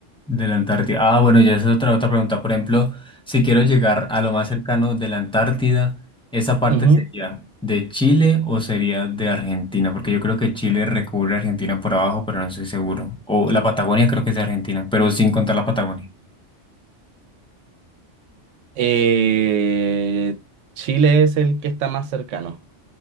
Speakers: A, in the centre; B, on the right (about 80°).
A: De la Antártida. Ah, bueno, ya esa es otra, otra pregunta. Por ejemplo, si quiero llegar a lo más cercano de la Antártida, ¿esa parte
B: Ujú.
A: sería de Chile o sería de Argentina? Porque yo creo que Chile recubre a Argentina por abajo, pero no estoy seguro. O la Patagonia creo que es de Argentina, pero sin contar la Patagonia.
B: Eh, Chile es el que está más cercano.